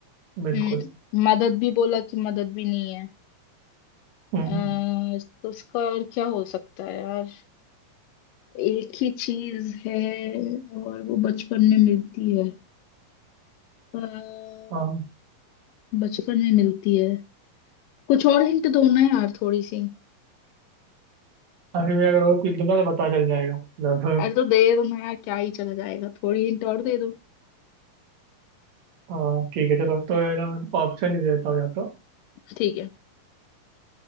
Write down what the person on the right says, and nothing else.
बिल्कुल
हम्म
हाँ
अभी मैं अगर और कुछ दूंगा तो पता चल जाएगा मतलब
हाँ ठीक है चलो तो है ना मैं ऑप्शन ही दे देता हूँ या तो